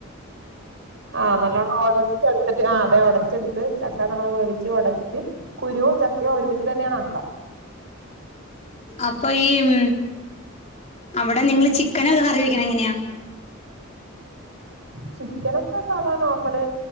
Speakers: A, on the right; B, on the left.
A: ആഹ് നല്ലോണം ഉടച്ചെടുത്തിട്ട് ആ് അതെ ഉടച്ചെടുത്ത് ചക്കാ നല്ലോണം വേവിച്ച് ഉടച്ചിട്ട് കുരുവും ചക്കയും ഒരുമിച്ച് തന്നെയാണ് ആക്ക
B: അപ്പൊ ഈ ഉം അവിടെ നിങ്ങള് ചിക്കനൊക്കെ കറി വെക്കണ എങ്ങനെയാ
A: ചിക്കനൊക്കെ സാധാ നോർമല്